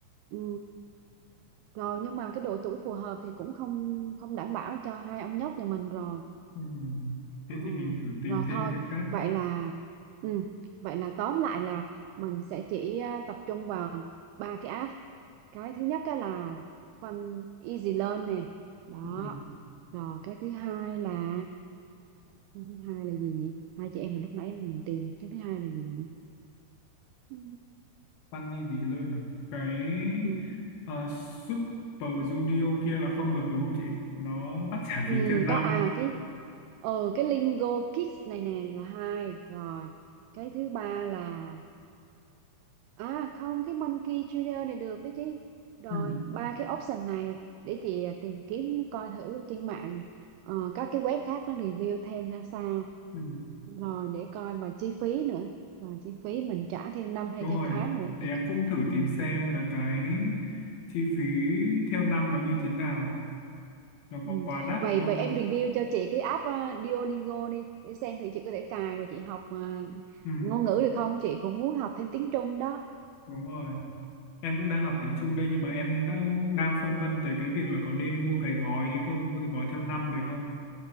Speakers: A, on the right (about 85°); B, on the left (about 65°).
A: Ừ. Rồi nhưng mà cái độ tuổi phù hợp thì cũng không không đảm bảo cho hai ông nhóc nhà mình rồi.
B: ừ.
A: Ừ,
B: thế thì mình thử tìm
A: rồi
B: thêm
A: thôi
B: cái khác
A: vậy là ừ, vậy là tóm lại là mình sẽ chỉ à, tập trung vào ba cái app cái thứ nhất á là Fun Easy Learn nè đó
B: ừ.
A: rồi cái thứ hai là cái thứ hai là gì nhỉ hai chị em mà lúc nãy mình tìm cái thứ hai là gì nhỉ ừ,
B: Funny gì luôn à cái
A: ừ,
B: ờ, Super Junior kia là không được đúng không chị nó bắt trả
A: ừ,
B: phí theo năm
A: có à cái ờ cái Lingo Kids này nè là hai rồi cái thứ ba là À không, cái Monkey Junior này được đấy chứ. Rồi,
B: ừ.
A: ba cái option này để chị à, tìm kiếm coi thử trên mạng ờ, các cái web khác nó review thêm ra sao.
B: Ừ.
A: Rồi để coi và chi phí nữa. Và chi phí mình trả theo năm hay
B: Đúng
A: theo
B: rồi,
A: tháng nữa
B: để
A: để
B: em
A: ki-
B: cũng thử
A: ừ.
B: tìm xem là cái chi phí theo năm nó như thế nào, nó
A: Ừ.
B: có quá đắt
A: Vậy
B: không?
A: vậy em review cho chị cái app ờ, Duolingo đi để xem thì chị có thể cài và chị học ờ,
B: Ừ,
A: ngôn ngữ được không? Chị cũng muốn học thêm tiếng Trung đó.
B: đúng rồi. Em cũng đang học tiếng Trung đây nhưng mà em đang đang phân vân tới cái việc là có nên mua cái gói đấy không, mua cái gói theo năm đấy không?